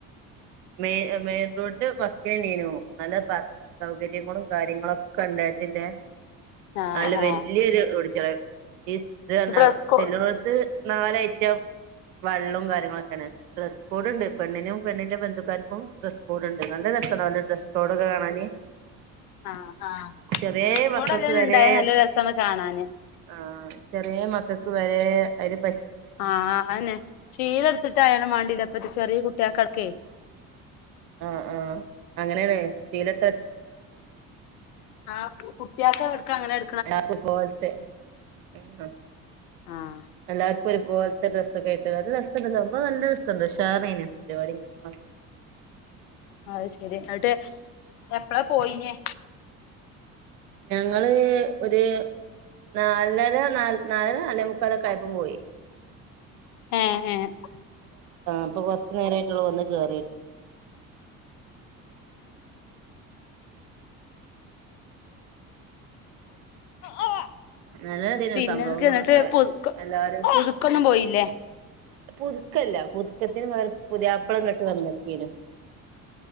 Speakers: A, on the right; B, on the left.
A: മെയ്ന് മെയിൻ റോഡിന്റ വക്കിനെന്നേര്ന്നു നല്ല പാർക്കിങ് സൗകര്യ ങ്ങളും കാര്യങ്ങളൊക്കെണ്ടായിട്ടില്ലേ
B: ആഹ്
A: നല്ല വല്യൊരു-
B: ആഹ്
A: <unintelligible> ഈസ് ഇത് <unintelligible>
B: ഡ്രസ് കോ
A: ചെല്ണോട്ത്ത് നാലഐറ്റം വെള്ളോം കാര്യങ്ങളൊക്കേണ് ഡ്രസ്സ് കോഡ്ണ്ട് പെണ്ണിനും പെണ്ണിന്റെ ബന്ധു - ക്കാര്ക്കും ഡ്രസ്സ്‌കൊഡ്ണ്ട് നല്ല രസ- രസാല്ലേ ഡ്രസ്സ്‌കോഡോക്കെ കാണാന്
B: ആഹ് ആഹ്
A: ചെറ്യേ
B: ഡ്രസ് കോഡ്
A: മക്കക്ക്
B: അല്ലേലും
A: വരേണ്ട്‌
B: ഉണ്ടായ നല്ല രസാണ് കാണാന്
A: ആ ആ ചെറ്യേ മക്കക്ക് വരേ ഏ ഐല് പറ്റി
B: ആഹ് അയന്നെ ഷീല ഇട്ത്ത്ട്ടായാലും വേണ്ടീല്ല പ്പത്തെ ചെറ്യേ കുട്ട്യാക്കട്ക്കേയ്
A: ആ ആ അങ്ങനെയല്ലേ ശീലത്തെ
B: ആ കുട്ടിയാക്കോക്കെ എടുക്ക അങ്ങനെ എ
A: എല്ലാവർക്കും പോൽത്തെെ ആ
B: ആഹ്
A: എല്ലർക്ക ഒരുപോൽത്തെ ഡ്രസ്സൊക്കെട്ട് നല്ല രസുണ്ട് സംഭവം നല്ല രസുണ്ട് ഉഷറേനി പരിപാടി ക്കെ കാണാൻ
B: അത് ശരി എന്നിട്ട് എപ്പളാ പോയിനിയേ
A: ഞങ്ങള് ഒരു നാലര ന നാലര നാലേ മുക്കാലൊക്കെ ആയപ്പം പോയി
B: ഏഹ് ഏഹ്
A: അപ്പൊ കൊർച്ചുനേരായിട്ടൊള്ളൂ വെന്ന് കേറിട്ട്
B: ആ
A: നല്ലതേനു
B: പിന്നെക്ക്
A: സംഭവങ്ങളൊക്കെ
B: ന്നിട്ട് പുതുക്ക
A: എല്ലാരും
B: പുതുക്കൊന്നും പോയില്ലേ
A: പുതുക്കല്ല പുതുക്കത്തിന് വേ പുതിയാപ്പള ഇങ്ങട്ട് വന്നക്കേനു